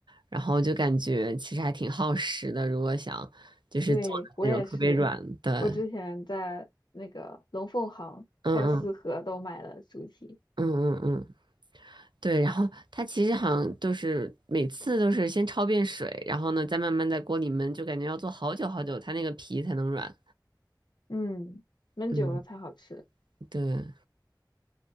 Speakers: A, on the right (about 80°); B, on the left (about 70°).
A: 然后就感觉其实还挺耗时的，如果想就是做的那种特别软的，
B: 对，我也是，我之前在那个龙凤行还有四合都买了猪蹄，
A: 嗯嗯嗯嗯嗯。对，然后它其实好像就是每次都是先焯遍水，然后呢再慢慢在锅里焖，就感觉要做好久好久，它那个皮才能软。
B: 嗯，焖久了才好吃。
A: 嗯，对，